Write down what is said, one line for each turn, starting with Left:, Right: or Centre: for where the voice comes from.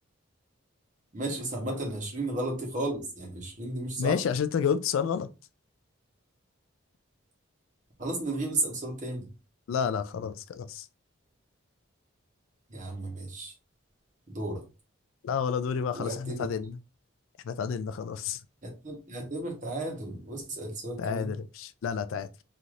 Right: ماشي بس عامة 20 غلط دي خالص يعني 20 دي مش
Left: ماشي
Right: صح
Left: عشان انت جاوبت سؤال غلط
Right: خلاص نلغيه ونسأل سؤال تاني
Left: لا لا خلاص خلاص
Right: يا عم ماشي دورك
Left: لا ولا دوري بقى خلاص
Right: واعتبر
Left: احنا اتعادلنا احنا اتعادلنا خلاص
Right: اعتبر اعتبر تعادل واسأل سؤال
Left: تعادل
Right: كمان
Left: يا باشا لا لا تعادل